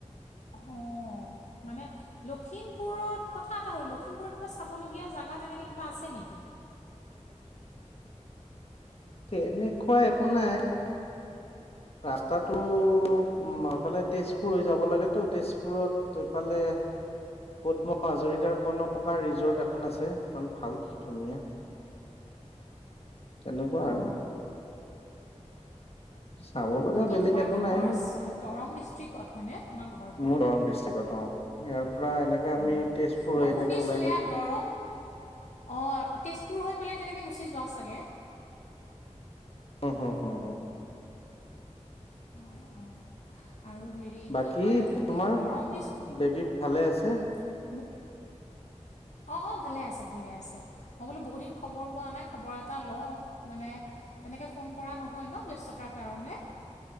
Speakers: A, on the left; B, on the left.
A: অঁ, মানে লখিমপুৰত কথা এটা হ'ল লখিমপুৰত কিবা চাবলগীয়া জেগা তেনেকে কিবা আছে নেকি?
B: তেনেকুৱা একো নাই, ৰাস্তাটো উম
A: অঁ
B: এফালে তেজপুৰ হৈ যাব লাগেতো তেজপুৰত এইফালে পদ্ম হাজৰিকাৰ কনকা ৰিজৰ্ট এখন আছে এখন ভাল ধুনীয়া। তেনেকুৱা আৰু।
A: অঁ
B: চাব লগা
A: বাকী
B: বেলেগ
A: তোমাৰতো
B: একো নাই
A: ঘৰ
B: আৰু,
A: চ- দৰং ডিষ্ট্ৰিক্টত হয়নে তোমাৰ ঘৰটো?
B: মোৰ দৰং ডিষ্ট্ৰিক্টত অ'। ইয়াৰ পৰা এনেকে
A: অ',
B: আমি তেজপুৰ
A: মই
B: হৈ এনেকে
A: শুনিছোঁ
B: ওলাই
A: এয়া
B: যাম।
A: দৰং অ' তেজপুৰ হৈ পেলাই তেনেকে গুচি যোৱা চাগে।
B: অ' হ' হ'।
A: অ', অ'। আৰু হেৰি
B: বাকী
A: কি কয় এইটো
B: তোমাৰ
A: দৰং ডিষ্ট্ৰিক্ট,
B: বেবী ভালে আছে
A: ম অ', অ', ভালে আছে, ভালে আছে। মই বোলো বহুত দিন খবৰ লোৱা নাই খবৰ এটা লওঁ মানে তেনেকৈ ফোন কৰা নহয় ন ব্যস্ততাৰ কাৰণে।